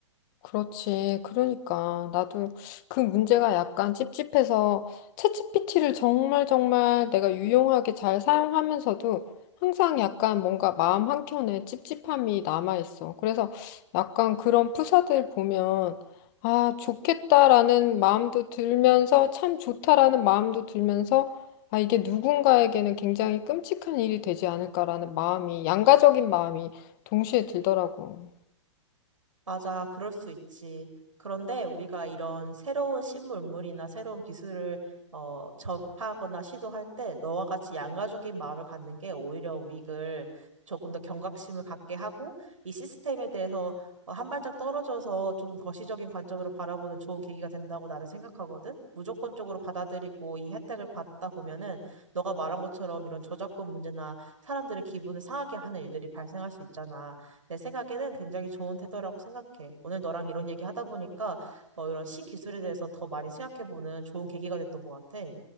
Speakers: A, on the left (about 40°); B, on the right (about 90°).
A: 그렇지. 그러니까 나도 그 문제가 약간 찝찝해서 챗GPT를 정말 정말 내가 유용하게 잘 사용하면서도 항상 약간 뭔가 마음 한켠에 찝찝함이 남아있어. 그래서 약간 그런 프사들 보면 아, 좋겠다라는 마음도 들면서 참 좋다라는 마음도 들면서 아, 이게 누군가에게는 굉장히 끔찍한 일이 되지 않을까라는 마음이 양가적인 마음이 동시에 들더라고.
B: 맞아, 그럴 수 있지. 그런데 우리가 이런 새로운 신문물이나 새로운 기술을 어, 접하거나 시도할 때 너와 같이 양가적인 마음을 갖는 게 오히려 우리를 조금 더 경각심을 갖게 하고 이 시스템에 대해서 어, 한 발짝 떨어져서 조금 거시적인 관점으로 바라보는 좋은 계기가 된다고 나는 생각하거든. 무조건적으로 받아들이고 이 혜택을 받다 보면은 너가 말한 것처럼 이런 저작권 문제나 사람들의 기분을 상하게 하는 일들이 발생할 수 있잖아. 내 생각에는 굉장히 좋은 태도라고 생각해. 오늘 너랑 이런 얘기 하다 보니까 뭐 이런 신기술에 대해서 더 많이 생각해보는 좋은 계기가 됐던 것 같아.